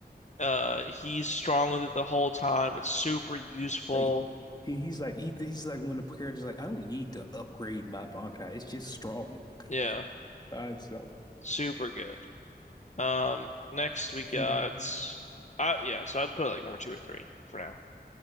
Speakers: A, on the left; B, on the left.
A: Uh, he's strong with it the whole time. It's super useful.
B: Like he, he's like he, he's like one of the characters like I don't need to upgrade my Bankai. It's just strong
A: Yeah,
B: by itself.
A: super good. Um, next we got,
B: And
A: uh, yeah, so I'd put it like number two or three for now.